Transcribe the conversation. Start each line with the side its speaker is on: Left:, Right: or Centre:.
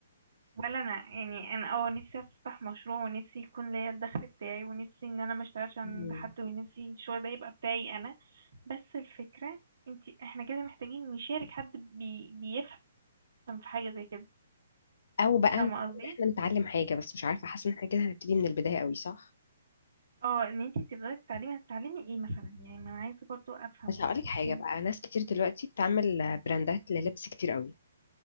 Right: ولا انا يعني انا اه نفسي افتح مشروع ونفسي يكون ليا الدخل بتاعي ونفسي ان انا ما اشتغلش عند
Left: مم.
Right: حد ونفسي الشغل ده يبقى بتاعي انا بس الفكرة انت احنا كده محتاجين نشارك حد بي... بيفهم في حاجة زي كده
Left: أو بقى إن
Right: فاهمة قصدي؟
Left: إحنا نتعلم حاجة بس مش عارفة حاسة إن إحنا كده هنبتدي من البداية قوي صح؟
Right: اه ان انت تبدأي تتعلمي هتتعلمي ايه مثلا يعني ما انا عايزة برضو افهم
Left: بس هقولك حاجة
Right: يعني
Left: بقى ناس كتير دلوقتي بتعمل براندات للبس كتير قوي